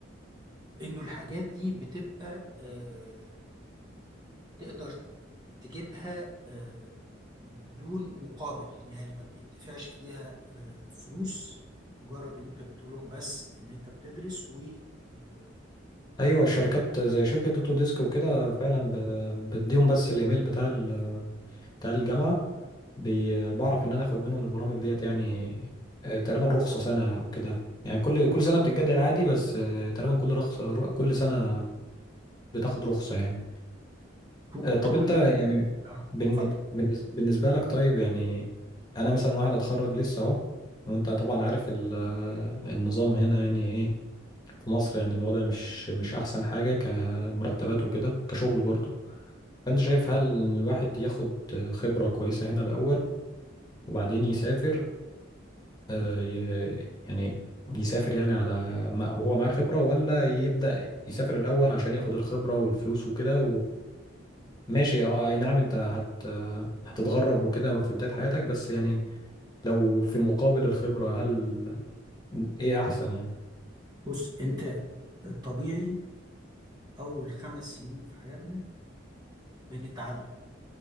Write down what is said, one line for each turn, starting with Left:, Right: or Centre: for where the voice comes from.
Right: انه الحاجات دي بتبقى آه، تقدر تجيبها آه، بدون مقابل يعني ما بيدفعش فيها آه، فلوس مجرد ان انت بتقول لهم بس ان انت بتدرس و آه،
Left: ايوه شركات زي شركه اوتو ديسك وكده فعلا ب- بديهم بس الايميل بتاع ال- بتاع الجامعه بي- بعرف ان انا اخد منهم البرامج ديت يعني آه، تقريبا رخصه سنه او كده يعني كل كل سنه بتتجدد عادي بس آه، تقريبا كل رخصه ر- كل سنه بتاخد رخصه يعني
Right: طو-
Left: آه، طب
Right: طول
Left: انت
Right: ما
Left: يعني
Right: انت اه
Left: بالن-
Right: اتفضل
Left: بالنس- بالنسبه لك طيب يعني انا مثلا واحد اتخرج لسه اهو وانت طبعا عارف ال- آه، النظام هنا يعني ايه في مصر يعني الوضع مش مش احسن حاجة كمرتبات وكده كشغل برضه فانت شايف هل إن الواحد ياخد خبرة كويسة هنا الاول وبعدين يسافر آه، ي- يعني يسافر يعني على ما وهو معاه خبرة ولا يبدأ يسافر الأول عشان ياخد الخبرة والفلوس وكده وماشي اه اي نعم انت هت هتتغرب وكده في بداية حياتك بس يعني لو في مقابل الخبرة هل ايه احسن يعني
Right: بص انت الطبيعي اول خمس سنين في حياتنا بنتعلم